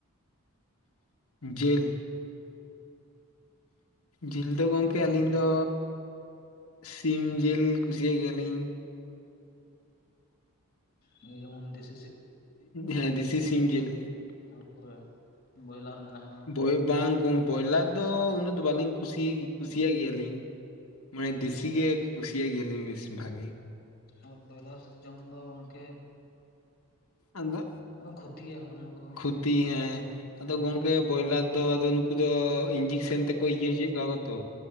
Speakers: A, on the left; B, on the left.
A: ᱡᱮᱞ ᱡᱤᱞ ᱫᱚ ᱜᱚᱝᱠᱮ
B: ᱦᱮᱸ
A: ᱟᱹᱞᱤᱧ ᱫᱚ ᱥᱤᱢ ᱡᱮᱹᱞ ᱠᱩᱥᱤᱭᱟᱜ ᱜᱤᱭᱟᱞᱤᱧ
B: ᱱᱤᱭᱟᱹ ᱡᱮᱢᱚᱱ ᱫᱮᱥ
A: ᱦᱮ ᱫᱤᱥᱤ ᱥᱤᱢ ᱡᱮᱞ
B: ᱛᱟᱨᱯᱚᱨᱮ ᱵᱚᱭᱞᱟᱨ ᱢᱮᱱᱟᱜᱼᱟ
A: ᱵᱳᱭ ᱵᱟᱝ ᱠᱚᱢ ᱵᱚᱭᱞᱟᱨ ᱫᱚ ᱩᱱᱟᱹᱜ ᱫᱚ ᱵᱟᱞᱤᱧ ᱠᱩᱥᱤ ᱠᱩᱥᱤᱭᱟᱜ ᱜᱤᱭᱟᱞᱤᱧ ᱢᱟᱱᱮ ᱫᱮᱥᱤ ᱜᱮ ᱠᱩᱥᱤᱭᱟᱜ ᱜᱮᱞᱤᱧ ᱵᱮᱥ ᱵᱷᱟᱜᱮ
B: ᱟᱨ ᱵᱚᱭᱞᱟᱨ ᱡᱚᱢ ᱫᱚ ᱜᱚᱝᱠᱮ
A: ᱟᱫᱚ
B: ᱠᱷᱚᱛᱤᱭᱟ ᱦᱚᱲᱢᱚ ᱠᱚ
A: ᱠᱷᱩᱛᱤ ᱦᱮᱸ ᱟᱫᱚ
B: ᱩᱱᱠᱩ
A: ᱜᱚᱝᱠᱮ
B: ᱢᱟ
A: ᱵᱚᱭᱞᱟᱨ ᱫᱚ ᱟᱫᱚ ᱱᱩ ᱠᱩ ᱫᱚ ᱤᱧᱡᱤᱠᱥᱮᱱ ᱛᱮᱠᱚ ᱤᱭᱟᱹ ᱦᱚᱪᱚᱭᱮᱜ ᱠᱚᱣᱟ ᱠᱚ ᱛᱚ